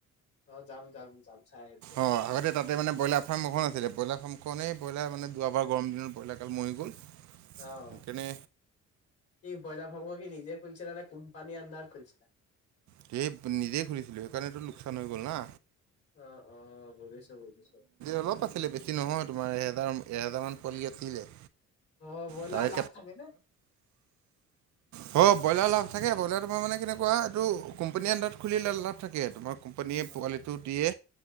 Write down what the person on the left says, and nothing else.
অ যাম যাম যাম চাই আহিম দে।
অ
কি ব্ৰইলাৰ ফাৰ্ম কি নিজে খুলিছিল নে? কোম্পানী আন্দাৰত খোলিছিলে।
অ অ বুজিছো বুজিছো
অ ব্ৰইলাৰ
লাভ থাকেনে?
অ